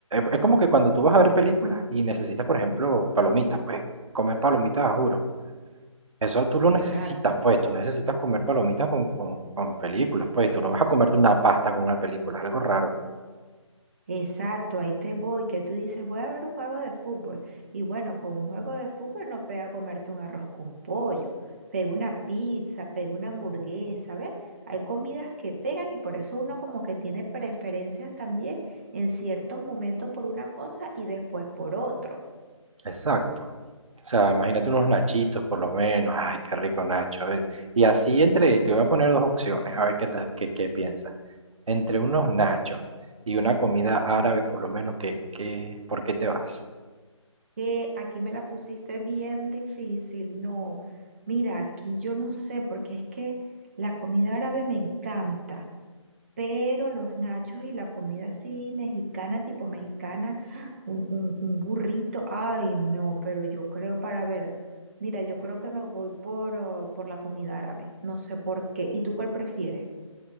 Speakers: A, on the right (about 80°); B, on the right (about 25°).
A: es como que cuando tú vas a ver películas y necesitas, por ejemplo, palomitas, pues comer palomitas, a juro. Eso tú lo necesitas,
B: Exacto,
A: pues, tú necesitas comer palomitas con, con, con películas, pues, tú no vas a comerte una pasta con una película, es algo raro.
B: exacto, ahí te voy, que tú dices, voy a ver un juego de fútbol. Y bueno, con un juego de fútbol no pega comerte un arroz con pollo, pega una pizza, pega una hamburguesa, ¿ves? Hay comidas que pegan y por eso uno como que tiene preferencias también en ciertos momentos por una cosa y después por otro.
A: Exacto. O sea, imagínate unos nachitos por lo menos, ay, qué rico Nacho. eh. Y así entre, te voy a poner dos opciones, a ver qué, tal, qué, qué piensas. Entre unos nachos y una comida árabe, por lo menos, ¿qué, qué, por qué te vas?
B: que aquí me la pusiste bien difícil. No, mira, aquí yo no sé, porque es que la comida árabe me encanta, pero los nachos y la comida así mexicana, tipo mexicana, un, un, un burrito, ay, no, pero yo creo para ver, mira, yo creo que me voy por, oh, por la comida árabe, no sé por qué. ¿Y tú cuál prefieres?